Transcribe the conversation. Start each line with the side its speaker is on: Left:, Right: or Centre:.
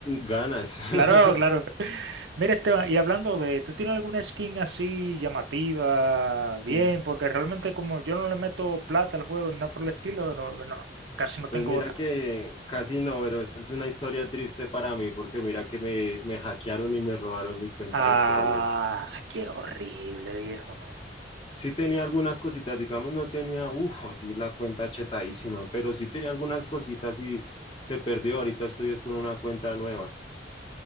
Left: ganas. <laughs>
Right: claro, claro. Mira, Esteban, y hablando de, ¿tú tienes alguna skin así llamativa? Bien,
Left: Mm,
Right: porque realmente como yo no le meto plata al juego, ni nada por el estilo, no, no, casi no tengo
Left: Pues mira
Right: nada.
Left: que casi no, pero eso es una historia triste para mí, porque mira que me, me hackearon y me robaron mi cuenta
Right: Ah,
Left: de Fortnite.
Right: qué horrible, viejo, no.
Left: Sí tenía algunas cositas, digamos, no tenía, uff, así la cuenta chetadísima, pero sí tenía algunas cositas y se perdió. Ahorita estoy es con una cuenta nueva.